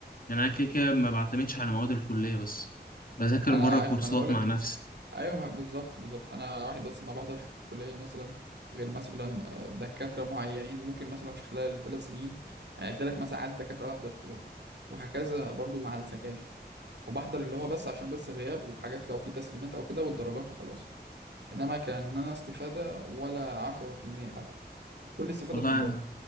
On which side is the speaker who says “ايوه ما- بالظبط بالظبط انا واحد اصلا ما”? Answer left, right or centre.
Right